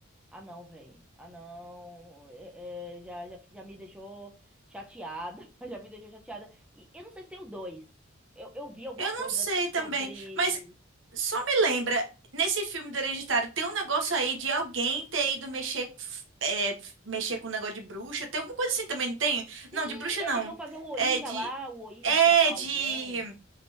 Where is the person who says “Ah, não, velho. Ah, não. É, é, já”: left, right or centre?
Centre